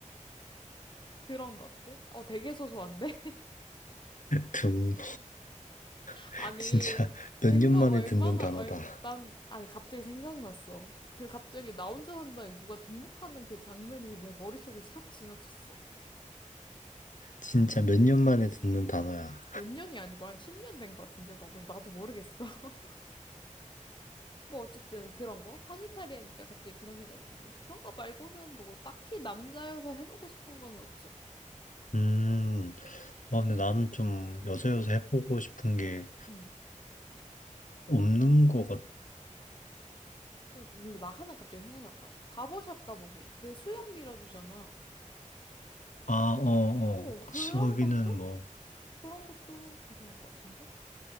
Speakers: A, on the left; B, on the left.
A: 그런 것들? 어, 되게 소소한데?
B: 등. <laughs>
A: 아니,
B: 진짜 몇
A: 등록
B: 년 만에
A: 얼마나,
B: 듣는 단어다.
A: 얼, 난, 아니, 갑자기 생각났어. 그 갑자기 나 혼자 산다에 누가 등록하는 그 장면이 내 머릿속을 싹 지나쳤어.
B: 진짜 몇 년 만에 듣는 단어야.
A: 몇 년이 아니고 한 10년 된 것 같은데, 나도, 나도 모르겠어. <laughs> 뭐, 어쨌든 그런 거? 상의탈이 하니까 갑자기 그런 생각이 나네. 그런 거 말고는 뭐, 딱히 남자여서 해보고 싶은 건 없어.
B: 음, 아, 근데 나는 좀 여자 여자 해보고 싶은 게
A: 응.
B: 없는 것 같아.
A: 꼭, 근데 나 하나 갑자기 생각났다. 바버샵 가보기. 그 수염 밀어주잖아.
B: 아, 어,
A: 어,
B: 어.
A: 그런
B: 거기는
A: 것도?
B: 뭐.
A: 그런 것도 괜찮을 것 같은데?